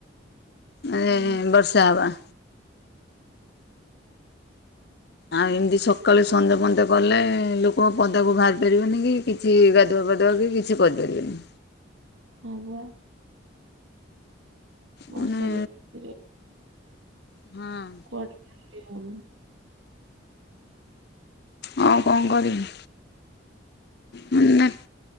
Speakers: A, on the left; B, on the right.
A: ମାନେ
B: ହୁଁ
A: ବର୍ଷା ହବା। ଆଉ ଏମିତି ସକାଳୁ ସନ୍ଧ୍ ପନ୍ଦ କଲେ ଲୋକଙ୍କ ପଦାକୁ ବାହାରି ପାରିବେନି କି? କିଛି ଗାଧୁଆ ପାାଧୁଆ କି କିଛି କରିପାରିବେନି।
B: ହୁଁ ବା। ବର୍ଷା
A: ମାନେ
B: ଯୁତିରେ
A: ହଁ।
B: <inaudible>
A: ହଉ କଣ କରିବି? ମ ନା